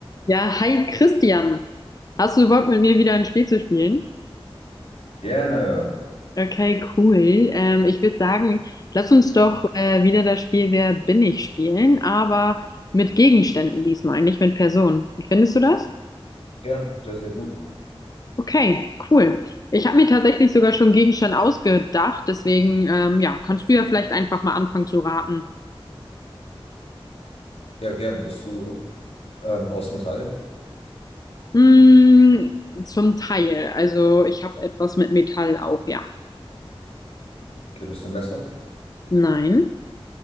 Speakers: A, on the left; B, on the left.
A: Ja, hi Christian. Hast du Bock, mit mir wieder ein Spiel zu spielen?
B: Gerne.
A: Okay, cool. Ähm, ich würde sagen, lass uns doch äh, wieder das Spiel Wer bin ich spielen, aber mit Gegenständen diesmal, nicht mit Personen. Wie findest du das?
B: Gern. Sehr, sehr gut.
A: Okay, cool. Ich habe mir tatsächlich sogar schon einen Gegenstand ausgedacht, deswegen ähm, ja, kannst du ja vielleicht einfach mal anfangen zu raten.
B: Ja, gern. Bist du ähm, aus Metall?
A: Hm, zum Teil. Also ich habe etwas mit Metall auch, ja.
B: Okay, bist du ein Messer?
A: Nein.